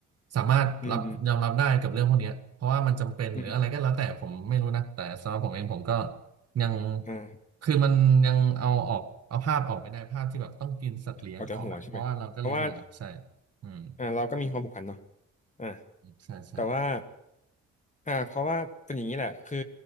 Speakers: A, on the right; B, on the left.
A: สามารถรับยอมรับได้กับเรื่องพวกเนี้ยเพราะว่ามันจำเป็นหรืออะไรก็แล้วแต่ผมไม่รู้นะแต่สำหรับผมเองผมก็
B: อืมอืมอืม
A: ยัง
B: อ่า
A: คือมันยังเอาออกเอาภาพออกไม่ได้ภาพที่แบบต้องกินสัตว์เลี้ยงออกอะเพราะว่าเราก็เลี้ยงหมาใช่
B: ออกจากหัวใช่ไหมเพราะว่า
A: อืม
B: อ่าเราก็มีความผูกพันเนาะอ่า
A: ใช่ใช่
B: แต่ว่าอ่าเพราะว่าเป็นอย่างนี้แหละคือ